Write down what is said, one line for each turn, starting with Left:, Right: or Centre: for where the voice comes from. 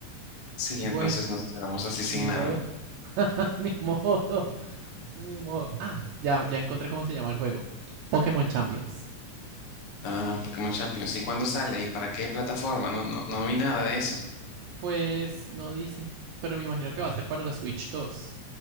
Left: Sí,
Right: Bueno,
Left: entonces nos quedamos así sin
Right: ni
Left: nada.
Right: modo. <laughs> ni modo. Ni modo. Ah, ya, ya encontré cómo se llama el juego. Pokémon Champions.
Left: Ah, Pokémon Champions. ¿Y cuándo sale? ¿Y para qué plataforma? No, no, no vi nada de eso.
Right: Pues no dice. Pero me imagino que va a ser para la Switch 2.